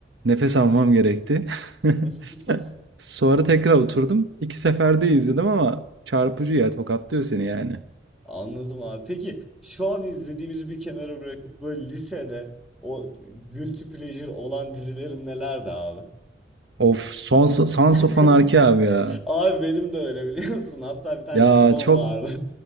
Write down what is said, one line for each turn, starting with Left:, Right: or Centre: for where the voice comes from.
Right: Nefes almam gerekti. <laughs>
Centre: <laughs>
Right: Sonra tekrar oturdum. İki seferde izledim ama çarpıcı ya tokatlıyor seni yani.
Centre: Anladım abi. Peki şu an izlediğimizi bir kenara bırakıp böyle lisede o guilty pleasure olan dizilerin nelerdi abi?
Right: Of Sons Sons
Centre: <laughs>
Right: of Anarchy abi ya.
Centre: Abi benim de öyle biliyor musun? Hatta bir tane
Right: Ya
Centre: Zippon
Right: çok
Centre: vardı.